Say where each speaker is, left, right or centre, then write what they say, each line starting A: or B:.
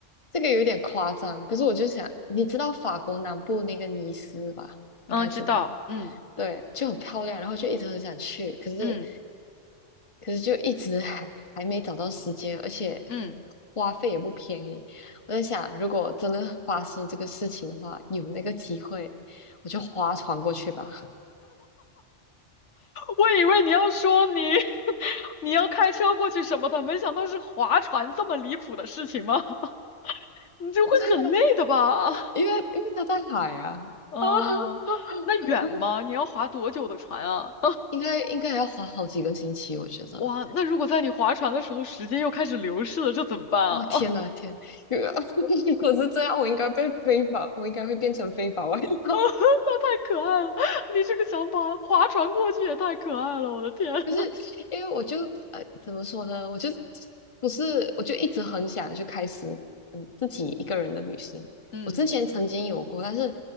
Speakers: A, on the left; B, on the left.
A: 这个有点夸张，可是我就想，你知道法国南部那个尼斯吧？
B: 嗯，
A: 应该知道，
B: 知道。嗯
A: 对，就很漂亮，然后就一直很想去，可是
B: 嗯
A: 可是就一直 <laughs> 还还没找到时间，而且
B: 嗯，
A: 花费也不便宜。我在想，如果真的发生这个事情的话，有那个机会，我就划船过去吧。
B: 我以为你要说你 <laughs> 你要开车过去什么的，没想到是划船这么离谱的事情吗？<laughs> 你就会很累的吧？
A: 可是因为它因为因为它在海啊啊，
B: 哦，那远吗？
A: <laughs>
B: 你要划多久的船啊？
A: 应该应该还要划好几个星期，我觉得。
B: <laughs> 哇，那如果在你划船的时候，时间又开始流逝了，这怎么办啊？
A: 哦天呐天，<laughs> 如果是这样，我应该被非法，我应该会变成非法外劳。
B: <laughs> 啊，那太可爱了！你这个想法，划船过去也太可爱了，我的天！
A: <laughs>
B: <laughs>
A: 不是，因为我就呃怎么说呢，我就不是，我就一直很想就开始嗯自己一个人的旅行。
B: 嗯
A: 我之前曾经有过，但是